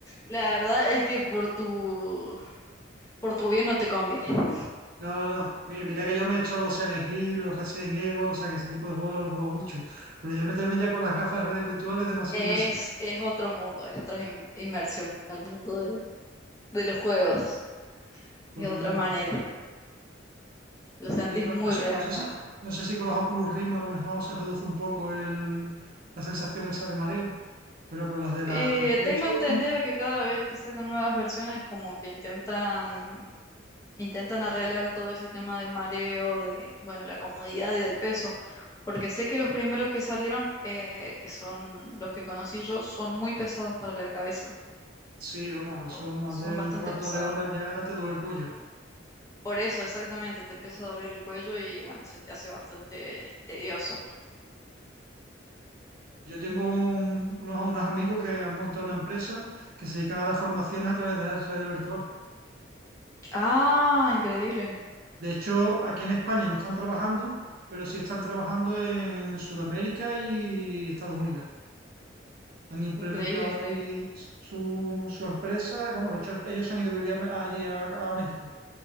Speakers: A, on the left; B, on the right.
A: La verdad es que por tu, por tu bien no te conviene. <laughs>
B: No, no. Mi- Mira que yo me he hecho los Silent Hill, los Resident Evil, o sea que ese tipo de juegos los he jugado mucho. Pero ya meterme ya con las gafas de redes virtuales es demasiado
A: Es,
B: inversivo.
A: es otro mundo, es otra in- inmersión al mundo de, de los juegos.
B: Totalmente.
A: Es otra manera. Lo sentís
B: Y bueno,
A: muy
B: no sé,
A: real,
B: no sé
A: la
B: si,
A: verdad.
B: no sé si con los Oculus Rim a lo mejor se reduce un poco el, la sensación esa de mareo. Pero con las de
A: Eh,
B: la PlayStation,
A: tengo entendido que cada vez que sacan nuevas versiones, como que intentan intentan arreglar todo ese tema del mareo, de, bueno, la comodidad y del peso, porque sé que los primeros que salieron, eh, que son los que conocí yo, son muy pesados para la cabeza,
B: sí, vamos,
A: por-
B: son más
A: son
B: de
A: bastante
B: un cuarto
A: pesados.
B: de hora ya te duele el cuello.
A: Por eso, exactamente, te empieza a doler el cuello y bueno, se te hace bastante tedioso.
B: Yo tengo un- unos, unos amigos que han montado una empresa que se dedican a las formaciones a través de la realidad virtual.
A: Ah, increíble,
B: De hecho, aquí en España no están trabajando, pero sí están trabajando en Sudamérica y Estados Unidos. Han implementado
A: increíble, increíble.
B: allí su, su empresa. Vamos, de hecho, ellos se han ido a vivir a- allí a, a México.